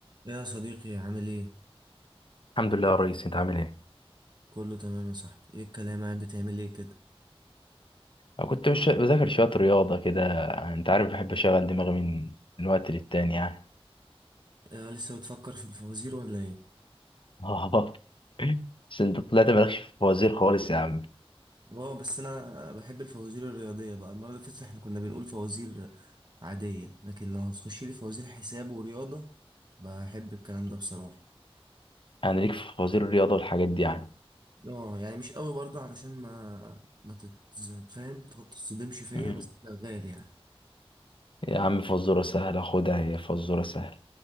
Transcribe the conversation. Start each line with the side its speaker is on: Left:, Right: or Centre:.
Right: يا صديقي عامل ايه؟
Left: الحمد لله يا ريس انت عامل ايه
Right: كله تمام يا صاحبي، ايه الكلام قاعد بتعمل ايه كده؟
Left: أنا كنت مش بذاكر شوية رياضة كده يعني أنت عارف بحب أشغل دماغي من من وقت للتاني يعني
Right: آه لسه بتفكر في الفوازير ولا ايه؟
Left: <laughs> آه بس أنت طلعت مالكش في الفوازير خالص يا عم
Right: اه بس انا بحب الفوازير الرياضية بقى، المرة اللي فاتت احنا كنا بنقول فوازير عادية، لكن لو هتخش لي فوازير حساب ورياضة بحب الكلام ده بصراحة.
Left: يعني ليك في فوازير الرياضة والحاجات دي يعني
Right: اه يعني مش قوي برضه علشان ما ما تتز- فاهم تتصدمش فيا
Left: مم.
Right: بس شغال يعني.
Left: يا عم فزورة سهلة خدها هي فزورة سهلة